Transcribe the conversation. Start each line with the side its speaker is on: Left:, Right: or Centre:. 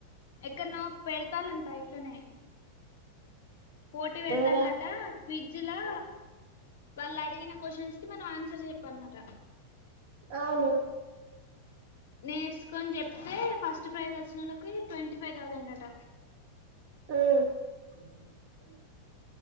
Left: ఎక్కడనుపెడతాలంటా ఇట్లనే పోటీ పెడతాల్ట
Right: ఏడా
Left: క్వి లా వాళ్ళు అడిగిన క్వశ్చన్స్ కి మనం ఆన్సర్ చెప్పన్నట
Right: అవును
Left: నేర్చుకొని చెప్తే ఫస్ట్ ప్రైజ్ వచ్చిన వాళ్ళకి ట్వంటీ ఫైవ్ థౌజండ్ అట
Right: హ్మ్మ్